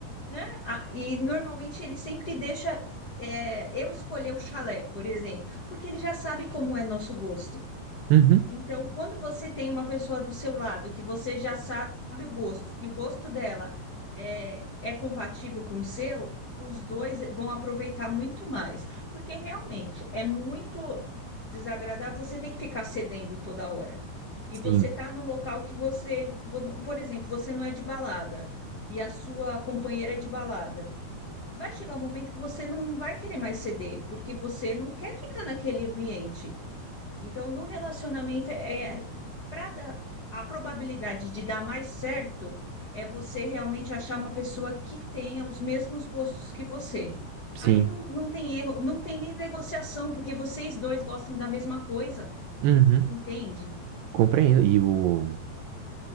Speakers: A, on the left; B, on the right.
A: né? Ah, E normalmente ele sempre deixa é, eu escolher o chalé, por exemplo, porque ele já sabe como é nosso gosto.
B: Uhum.
A: Então, quando você tem uma pessoa do seu lado que você já sabe o gosto e o gosto dela é, é compatível com o seu, os dois vão aproveitar muito mais. Porque realmente é muito desagradável você ter que ficar cedendo toda hora. E
B: Sim,
A: você tá num local que você, por exemplo, você não é de balada e a sua companheira é de balada. Vai chegar um momento que você não vai querer mais ceder, porque você não quer ficar naquele ambiente. Então, no relacionamento, é para a probabilidade de dar mais certo é você realmente achar uma pessoa que tenha os mesmos gostos que você.
B: sim.
A: Aí não, não tem erro, não tem nem negociação, porque vocês dois gostam da mesma coisa,
B: Uhum.
A: entende?
B: Compreendo. E o,